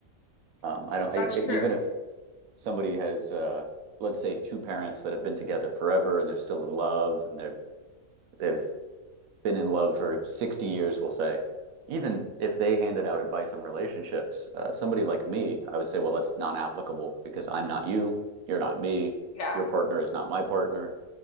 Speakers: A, on the right; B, on the left.
A: Um,
B: <laughs>
A: I don't, I,
B: That's
A: I-
B: true.
A: even if somebody has, uh, let's say two parents that have been together forever and they're still in love and they're, they've been in love for 60 years, we'll say, even if they handed out advice on relationships, uh, somebody like me, I would say, well, that's non applicable because I'm not you, you're not me,
B: Yeah,
A: your partner is not my partner.